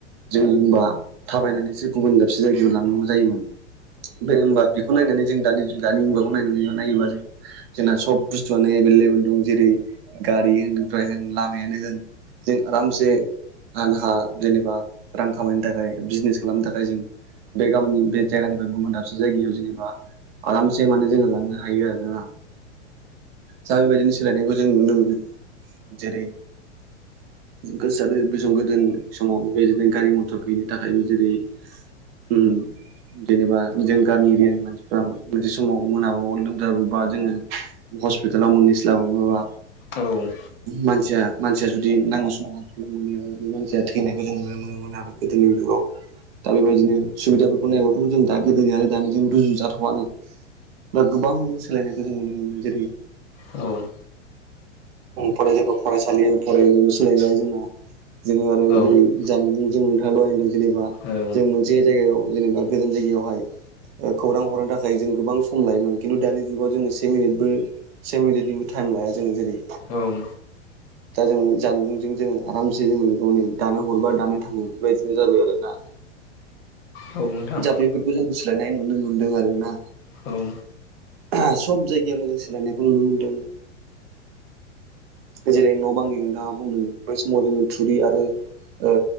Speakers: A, on the right; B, on the left.
A: जों होनबा थाबायनानैसो गुबुन दाबसे जायगायाव लांनांगौ जायोमोन बे होमबा बेखौ नायनानै जों दानि दानि मुगाखौ नायनानै नायोबा जों जोंना सब बुस्थुआनो एभेलेबल दं जेरै गारि होनफ्राय होन लामायानो होन जों आरामसे आनहा जेनेबा रां खामायनो थाखाय बिजनेस खालामनो थाखाय जों बे गामिनि बे जायगानिफ्राय गुबुन दाबसे जायगायाव जेनेबा आरामसे माने जोङो लांनो हायो आरोना दा बेबायदिनो सोलायनायखौ जों नुनो मोनो जेरै गोसो आरो बे सम गोदोनि समाव बेबायदिनो गारि मथर गैयिनि थाखायबो जेरै ओम जेनेबा जों गामि एरियानि मानसिफ्रा मोनसे समाव मोनाब लोमजाबोबा जोङो हस्पिटालाव मोनहैस्लाबाबाबा
B: औ
A: मानसिया मानसिया जुदि नांगौ समाव मोनैयाबा बे मानसिया थैनायखौ जों नुनो मोनोमोन आरो गोदोनि जुगाव दा बेबायदिनो सुबिदाफोरखौ नायबाबोथ' जों दा गोदोनि आरो दानिजों रुजु जाथावानो बा गोबां सोलायनायखौ जों नुनो मोनो जेरै
B: औ
A: फराय साफोर फरायसालि फरायनाय सोलायबाय जोंना जोङो आरो जेरै
B: औ औ
A: जानबुं जों नोंथाङा दहाय होनदों जेनेबा
B: औ
A: जों मोनसे जायगायाव जेनेबा गोजान जायगायावहाय ओ खौरां हरनो थाखाय जों गोबां सम लायोमोन खिन्थु दानि जुगाव जोङो से मिनिटबो से मिनिदनिबो थाइम लाया जोङो जेरै
B: ओम
A: दा जों जानबुंजों जोङो आरामसे जोङो गावनो दानो हरबा दानो थाङो बेबायदिनो जाबाय आरोना
B: नोंथां
A: जा बेफोरखौ जों सोलायनाय नुनो मोनदों आरोना
B: औ
A: आ सब जायगायावनो जों सोलायनायखौ नुनो मोन्दों जेरै न' बां नोंथाङा बुंदों बै समाव जोङो थुरि आरो ओ